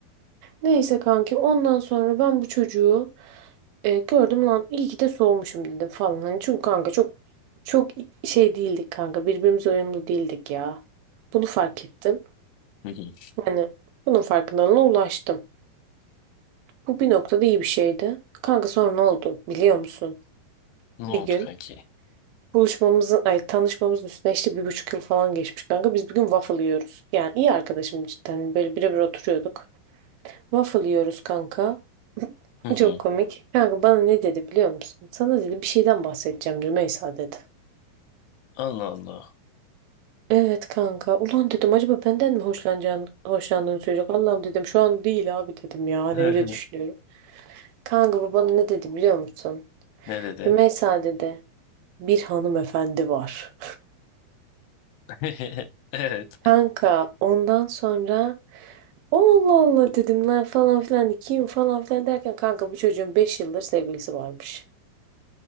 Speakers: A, on the right; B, on the left.
A: Neyse kanki ondan sonra ben bu çocuğu e, gördüm lan iyi ki de soğumuşum dedim falan. Hani çünkü kanka çok çok şey değildik kanka. Birbirimize uyumlu değildik ya. Bunu fark ettim.
B: Hı hı.
A: Yani bunun farkındalığına ulaştım. Bu bir noktada iyi bir şeydi. Kanka sonra ne oldu biliyor musun?
B: Ne
A: Bir
B: oldu
A: gün
B: kanki?
A: Buluşmamızın, ay tanışmamızın üstüne işte bir buçuk yıl falan geçmiş kanka. Biz bugün waffle yiyoruz. Yani iyi arkadaşım cidden. Böyle birebir oturuyorduk. Waffle yiyoruz kanka. <laughs>
B: Hı hı.
A: Çok komik. Kanka bana ne dedi biliyor musun? Sana dedi bir şeyden bahsedeceğim Rümeysa dedi.
B: Allah Allah.
A: Evet kanka. Ulan dedim acaba benden mi hoşlanacağını, hoşlandığını söyleyecek. Allah'ım dedim şu an değil abi dedim ya. Hani
B: <laughs>
A: öyle düşünüyorum. Kanka bu bana ne dedi biliyor musun?
B: Ne dedi?
A: Rümeysa dedi bir hanımefendi var.
B: <laughs> Evet.
A: Kanka ondan sonra Allah Allah dedim lan falan filan kim falan filan derken kanka bu çocuğun 5 yıldır sevgilisi varmış.